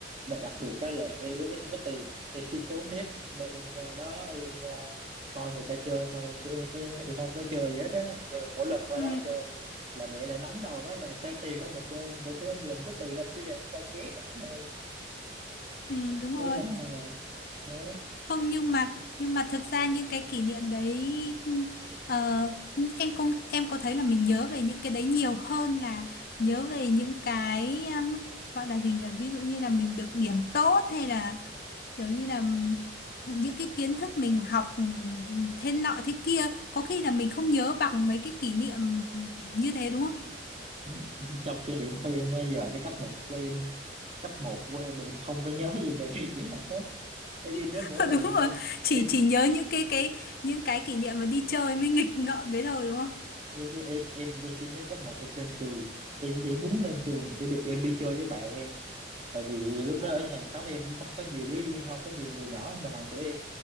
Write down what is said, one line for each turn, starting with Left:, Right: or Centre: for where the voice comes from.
Right: mà đặc biệt đó là em em không có tiền em chỉ trốn nét nên em ra đó em ờ, coi người ta chơi thôi chứ em không có em không có chơi gì hết á giờ mỗi lần qua
Left: Ừ,
Right: đó chơi là mẹ lại nắm đầu nó là sao tiền đâu mà chơi trong khi em làm có tiền đâu chứ ra em coi ké cả thôi
Left: ừ đúng
Right: đúng
Left: rồi.
Right: rồi đó
Left: không nhưng mà nhưng mà thực ra những cái kỷ niệm đấy ờ, em không em có thấy là mình nhớ về những cái đấy nhiều hơn là nhớ về những cái um, gọi là gì nhỉ ví dụ như là mình được điểm tốt hay là kiểu như là những cái kiến thức mình học ừm, thế nọ thế kia có khi là mình không nhớ bằng mấy cái kỷ niệm như thế đúng không
Right: <laughs> trong kinh điển của em bây giờ cái cấp một của em cấp một của em là em không có nhớ gì về việc đi học hết em chỉ nhớ
Left: <laughs>
Right: mỗi lần
Left: đúng
Right: em
Left: rồi
Right: lên
Left: chỉ
Right: em
Left: chỉ nhớ những cái cái những cái kỷ niệm mà đi chơi mới nghịch ngợm đấy thôi đúng không
Right: giống như em em em chỉ nhớ cấp một em lên trường em chỉ muốn lên trường để được em đi chơi với bạn em tại vì lúc đó ở hàng xóm em cũng không có nhiều đứa không có nhiều người nhỏ mà bằng tuổi em